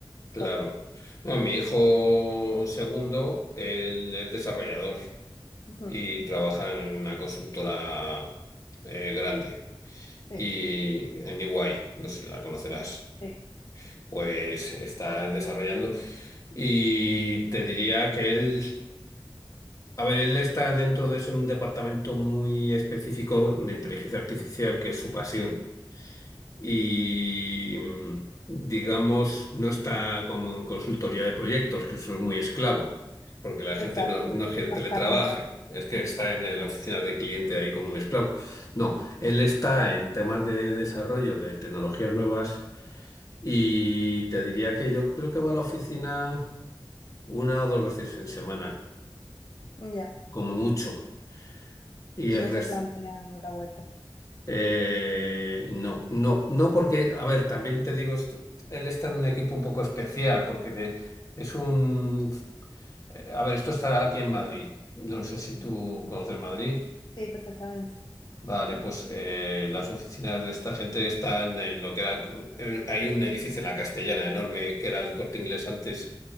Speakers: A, on the left; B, on the left.
A: claro.
B: Todos.
A: No, mi hijo segundo, él es desarrollador.
B: Ujú.
A: y trabaja en una consultora eh, grande.
B: Sí,
A: Y en EY, no sé si la conocerás,
B: sí.
A: pues está desarrollando. Y te diría que él, a ver, él está dentro de eso en un departamento muy específico de inteligencia artificial, que es su pasión
B: Ujú.
A: y mm, digamos, no está como en consultoría de proyectos, que eso es muy esclavo, porque la gente
B: Exacto,
A: no, no
B: sí.
A: es que teletrabaje,
B: Las cárnicas.
A: es que
B: Mm,
A: está en la oficina de cliente ahí como un esclavo. No, él está en temas de desarrollo de tecnologías nuevas y te diría que yo creo que va a la oficina una o dos veces en semana,
B: Ya.
A: como mucho, y
B: y
A: el
B: no
A: resto
B: se plantean la vuelta.
A: Eh, no, no, no porque, a ver, también te digo, est- él está en un equipo un poco especial, porque de- es un... A ver, esto está aquí en Madrid. No sé si
B: Ujú.
A: tú conoces Madrid.
B: Sí, perfectamente.
A: Vale, pues eh, las oficinas de esta gente están en lo que era... eh, Hay un edificio en la Castellana enorme, que era el Corte Inglés antes,